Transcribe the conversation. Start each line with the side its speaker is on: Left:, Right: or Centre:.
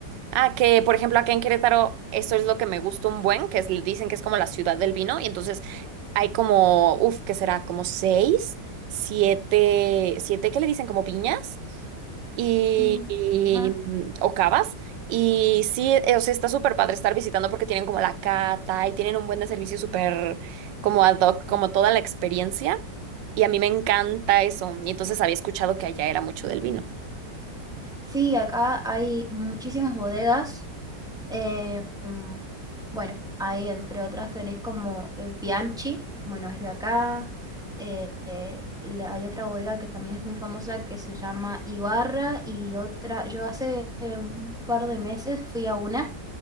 Right: Ah, que por ejemplo acá en Querétaro, eso es lo que me gusta un buen, que es, dicen que es como la ciudad del vino, y entonces hay como, uff, ¿qué será? Como seis, siete, siete que le dicen como viñas y,
Centre: Mm,
Right: y,
Centre: ajá.
Right: mm, o cavas. Y sí, eh, o sea, está súper padre estar visitando porque tienen como la cata y tienen un buen de servicio súper como ad hoc, como toda la experiencia. Y a mí me encanta eso. Y entonces había escuchado que allá era mucho del vino.
Centre: Sí, acá hay muchísimas bodegas Eh, mm, bueno, ahí entre otras tenéis como eh, Bianchi, bueno, es de acá. Eh, eh, la- hay otra bodega que también es muy famosa que se llama Ibarra y otra, yo hace eh, un par de meses fui a una